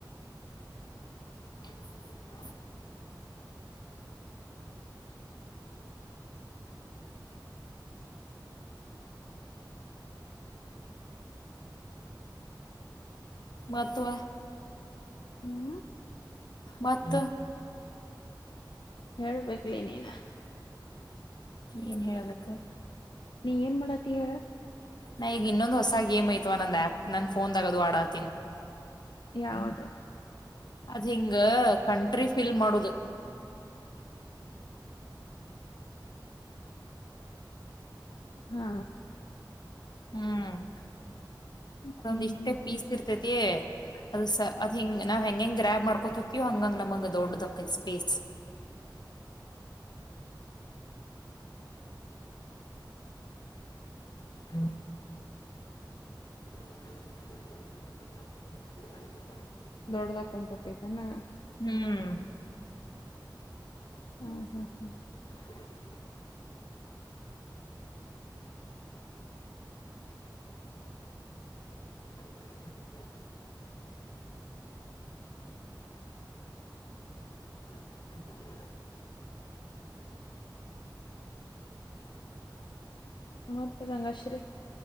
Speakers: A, on the left (about 65°); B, on the left (about 75°).
A: ಹಾ ಮತ್ವ
B: ಹ್ಮ್
A: ಮತ್ತು
B: ಹೇಳ್ಬೇಕ್ಲಿ ನೀನ
A: ಏನ್ ಹೇಳಬೇಕು
B: ನೀ ಏನ್ ಮಾಡತ್ತಿ ಹೇಳ
A: ನಾ ಈಗ್ ಇನ್ನೊಂದ ಹೊಸ ಗೇಮ್ ಐತವ ನಂದ ಆ್ಯಪ್ ನನ್ ಫೋನಾಗದು ಆಡಾತಿ.
B: ಯಾವದು?
A: ಅದ್ ಹಿಂಗ ಕಂಟ್ರಿ ಫಿಲ್ ಮಾಡುದು.
B: ಹಾ
A: ಹ್ಮ್
B: ಹ್ಮ್
A: ಅದೊಂದ್ ಇಷ್ಟೇ
B: ಹ್ಮ್ ಹ್ಮ್
A: ಪೀಸ್
B: ಹ್ಮ್
A: ಇರ್ತೈತಿ. ಅದು ಸ ಅದ ಹಿಂಗ ನಾವ್ ಹೆಂಗೆಂಗ್ ಗ್ರ್ಯಾಬ್ ಮಾಡ್ಕೊತೋತೀವ ಹಂಗಂಗ ನಮಗೆ ದೊಡ್ಡದಾಕೈತ್ ಸ್ಪೇಸ್. ಹ್ಮ <inaudible>
B: ದೊಡ್ಡದಾಗ್ ಬಂದ್ <unintelligible>
A: ಹ್ಮ್
B: ಹಾ ಹಾ ಹಾ
A: <inaudible> <inaudible> <inaudible>
B: ನಮತ್ತ ರಂಗಾಶ್ರೀ